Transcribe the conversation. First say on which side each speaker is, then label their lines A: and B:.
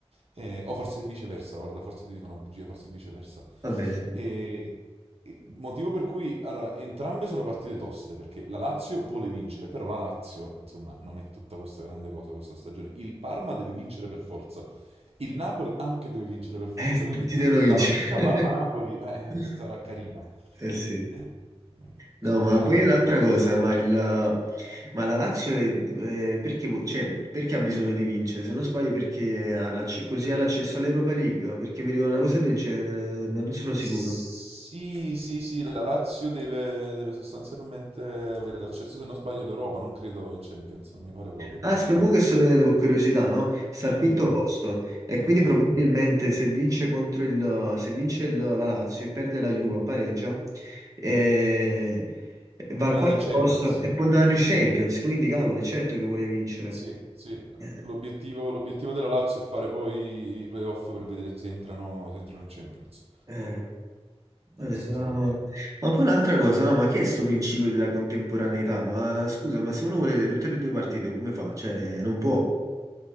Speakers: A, on the right (about 65°); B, on the right (about 30°).
A: Eh, o forse viceversa, guarda, forse ti dico una bugia, forse viceversa.
B: vabbè, sì.
A: E, e motivo per cui, allora, entrambe sono partite toste, perché la Lazio vuole vincere, però la Lazio, insomma, non è tutta questa grande cosa questa stagione. Il Parma deve vincere per forza, il Napoli anche deve vincere per forza,
B: Eh,
A: quindi
B: tutti devono vincere.
A: la partita Parma-Napoli eh,
B: <laughs>
A: sarà carina.
B: Eh sì.
A: Eh,
B: No,
A: speriamo.
B: ma poi un'altra cosa, ma, il, ma la Lazio è, è- perché, vu- cioè, perché ha bisogno di vincere? Se non sbaglio, perché ha l'acce- così ha l'accesso all'Europa League? Perché mi ricordo una cosa del genere, ma non sono sicuro.
A: Sì, sì, sì, la Lazio deve, deve sostanzialmente avere l'accesso, se non sbaglio, all'Europa, non credo in Champions, non mi pare proprio,
B: Ah,
A: vediamo.
B: spero che sto vedendo per curiosità, no? Sta al quinto
A: In- in-
B: posto e quindi
A: esatto.
B: probabilmente se vince contro il, se vince il- la Lazio e perde la Juve o pareggia, eh, va
A: Vuole
B: al quarto
A: andare in Champions.
B: posto e può andare in Champions, quindi cavolo, è certo che vuole vincere.
A: Sì, sì.
B: Eh,
A: L'obiettivo l'obiettivo della Lazio è fare poi i playoff per vedere se entrano, se entrano in Champions.
B: eh. Eh,
A: Questo
B: sarà-
A: sarebbe...
B: Ma poi un'altra cosa, no? Ma che è sto principio della contemporaneità? Ma scusa, ma se uno vuole vedere tutte le due partite, come fa? Cioè, non può.